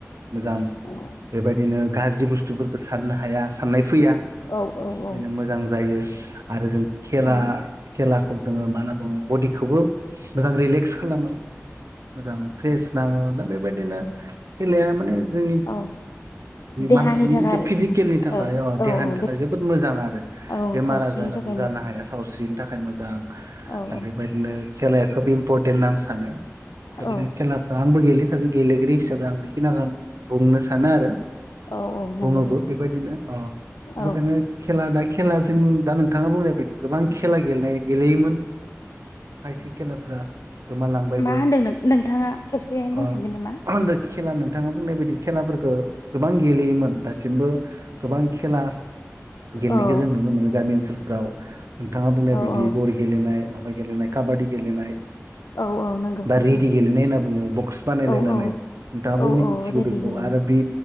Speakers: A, on the right (about 75°); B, on the left (about 85°).
A: मोजां
B: आरो
A: बेबायदिनो। गाज्रि बुस्थुफोरखौ साननो हाया साननाय फैया।
B: औ औ औ
A: बिनो मोजां जायो। आरो जों। खेला
B: औ
A: खेलाखौ जोङो मा। बडिखौबो मोजां रिलेक्स खालामो मोजां फ्रेस नाङो दा बेबायदिनो खेलाया माने। जोंनि
B: औ देहानि
A: मानसिनि
B: थाखाय
A: जिथु फिजिकेलनि थाखाय
B: औ
A: अ देहानि
B: औ औ
A: थाखाय जोबोद मोजां आरो
B: औ
A: बेमार
B: सावस्रिनि
A: आजाराबो
B: थाखाय
A: जानो
B: मोजां
A: हाया सावस्रिनि थाखाय मोजां
B: औ औ
A: आरो बेबायदिनो खेला खोब इम्परटेन्ट आं सानो। <inaudible> माखासे
B: औ
A: गेलेगिरि हिसाबै आं बेखिनि आं बुंनो सानो आरो।
B: औ औ नंगौ
A: बुङोबो
B: नोंथां
A: बेबायदिनो अ बेखायनो
B: औ
A: खेला दा खेलाजों दा नोंथाङा बुंनाय बायदि गोबां। खेला गेलेनाय गेलेयोमोन खायसे खेलाफ्रा गोमालांबायबो
B: मा होनदों नोंथाङा खेबसे बुंफिनगोन
A: अ
B: नामा।
A: खेला नोंथाङा बुंनाय बायदि खेलाफोरखौ गोबां गेलेयोमोन दासिमबो गोबां खेला गेलनायखौ
B: औ
A: जों नुनो मोनो गामि ओनसोल फ्राव नोंथाङा बुंनाय
B: औ
A: बायदि
B: औ
A: गर गेलेनाय माबा गेलेनाय काबादि गेलेनाय
B: औ औ नंगौ
A: बा
B: नोंथां
A: रेडि गेलेनाय होनना बुङो बक्स बानायलायनानै
B: औ औ
A: नोंथाङाबो
B: औ
A: मिदिथिगौ
B: औ रेडि
A: बेखौ
B: गेलेनाय
A: आरो बे